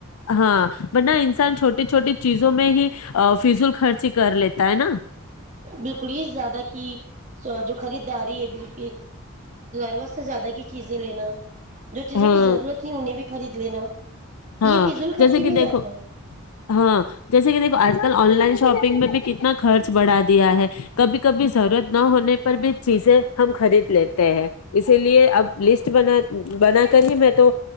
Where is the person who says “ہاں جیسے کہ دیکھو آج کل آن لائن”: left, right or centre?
Left